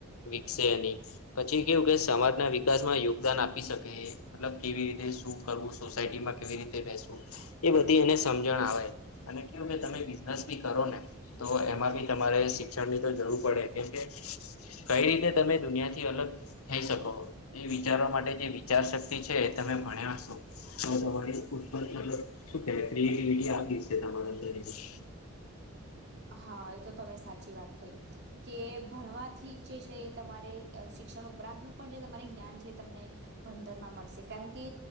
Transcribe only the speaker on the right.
હા એ તો તમે સાચી વાત કહી કે ભણવાથી જે છે એ તમારે શિક્ષણ ઉપરાંતનું પણ જે તમારે જ્ઞાન છે તમને ભણતરમાં મળશે કારણ કે